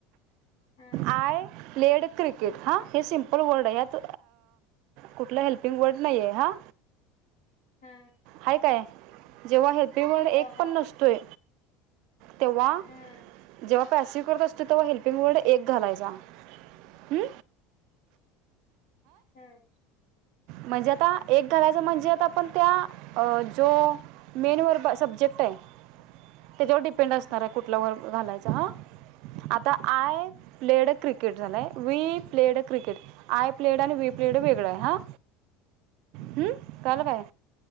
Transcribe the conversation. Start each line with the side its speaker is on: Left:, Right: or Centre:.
Left: हम्म
Right: आय लेड क्रिकेट हा हे सिम्पल वर्ड आहे यात कुठलं हेल्पिंग वर्ड नाही आहे हां.
Left: हम्म.
Right: आहे काय जेव्हा हे -ल्पीग वर्ड एक
Left: अ ह
Right: पण नसत. तोय. तेव्हा
Left: हम्म
Right: जेव्हा पॅसिव्ह करत असतोयं तेव्हा हेल्पिंग वर्ड एक घालायचा हम.
Left: हम्म.
Right: म्हणजे
Left: हम्म
Right: आता एक घालायचं म्हणजे आता. पण त्या जो मेनवर सब्जेक्ट आहे. त्याच्यावर डिपेंड असणार
Left: हम्म
Right: आहे कुठल्या वर्ड घालायच हा. आता आय प्लेड क्रिकेट झालाय we played cricket I played आणि वी प्लेड वेगळं आहे. हा हम्म कळालं काय?